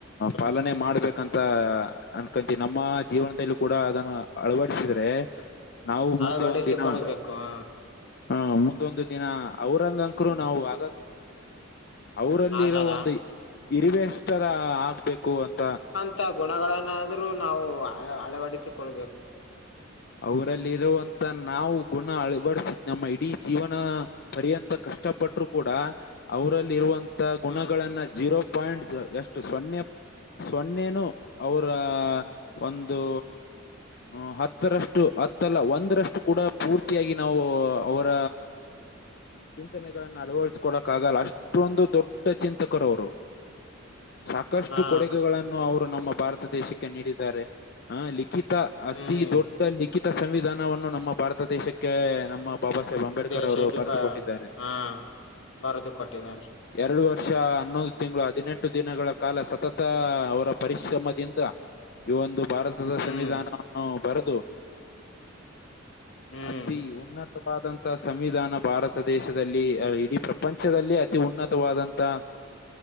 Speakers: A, on the left; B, on the left.
A: ಹ್ಮ್
B: ಪಾಲನೆ ಮಾಡ್ಬೇಕು. ಅಂತ ಅನ್ಕಂತ ನಮ್ಮ ಜೀವನದಲ್ಲೂ ಕೂಡ ಅದನ್ನು ಅಳವಡಿಸಿದ್ರೆ. ನಾವು ಮುಂದೆ
A: ಅಳವಡಿಸಿಕೊಳ್ಬೇಕು
B: ಒಂದಿನ.
A: ಹ
B: ಹಾ ಮುಂದೊಂದು ದಿನ ಔರಂಗಂಕರು
A: ಹ್ಮ್
B: ನಾವು ಆಗಕ್. ಅವರಲ್ಲಿರೋ
A: ಆಗಲ್ಲ
B: ಒಂದು ಇರುವೆಷ್ಟ ತರ ಆಗ್ಬೇಕು ಅಂತ.
A: ಇಂತ ಗುಣಗಳನ್ನಾದ್ರೂ ನಾವು ಅಳವಡಿಸಿಕೊಳ್ಬೇಕು.
B: ಅವರಲ್ಲಿ ಇರುವಂತ ನಾವು ಗುಣ ಅಳವಡಸಿದ್ ನಮ್ಮ ಇಡೀ ಜೀವನ. ಪರ್ಯಂತ ಕಷ್ಟ ಪಟ್ಟರು ಕೂಡ ಅವರಲ್ಲಿ ಇರುವಂತ
A: ಹ್ಮ್
B: ಗುಣಗಳನ್ನ ಜೀರೋ. ಪಾಯಿಂಟ್ಸ್ ಎಷ್ಟು ಸೊನ್ನೆ. ಸೊನ್ನೆನು ಅವರ ಒಂದು ಆ ಹತ್ತರಷ್ಟು ಹತ್ತಲ್ಲ ಒಂದರಷ್ಟು ಕೂಡ ಪೂರ್ತಿಯಾಗಿ ನಾವು ಅವರ. ಚಿಂತನೆಗಳನ್ನ ಅಳವಡಿಸಕೊಡಕ್ ಆಗಲ್ಲ ಅಷ್ಟೊಂದು ದೊಡ್ಡ ಚಿಂತಕರುವರ. ಸಾಕಷ್ಟು
A: ಹಾ
B: ಕೊಡುಗೆಗಳನ್ನು ಅವರು ನಮ್ಮ ಭಾರತ ದೇಶಕ್ಕೆ ನೀಡಿದ್ದಾರೆ ಹ ನೀಡಿ ಲಿಖಿತ ಅತೀ
A: ಹ್ಮ್
B: ದೊಡ್ಡ ಲಿಖಿತ ಸಂವಿಧಾನವನ್ನು ನಮ್ಮ ಭಾರತ ದೇಶಕ್ಕೆ ನಮ್ಮ. ಬಾಬಾ ಸಾಹೇಬ್ ಅಂಬೇಡ್ಕರ್
A: ದೇಶಕ್ಕೆ
B: ಅವರು ಬರೆದು
A: ಬ
B: ಕೊಟ್ಟಿದ್ದಾರೆ.
A: ಹಾ ಬರೆದು ಕೊಟ್ಟಿದ್ದಾರೆ
B: ಎರಡು ವರ್ಷ ಹನ್ನೊಂದು ತಿಂಗಳು ಹದಿನೆಂಟು ದಿನಗಳ ಕಾಲ ಸತತ ಅವರ ಪರಿಶ್ರಮದಿಂದ. ಈ ಒಂದು ಭಾರತದ
A: ಹ್ಮ್
B: ಸಂವಿಧಾನವನ್ನು ಬರೆದು.
A: ಹ್ಮ್
B: ಅತಿ ಉನ್ನತವಾದಂಥ ಸಂವಿಧಾನ ಭಾರತ ದೇಶದಲ್ಲಿ ಇಡೀ. ಪಂಚದಲ್ಲಿ ಅತಿ ಉನ್ನತವಾದಂತಹ.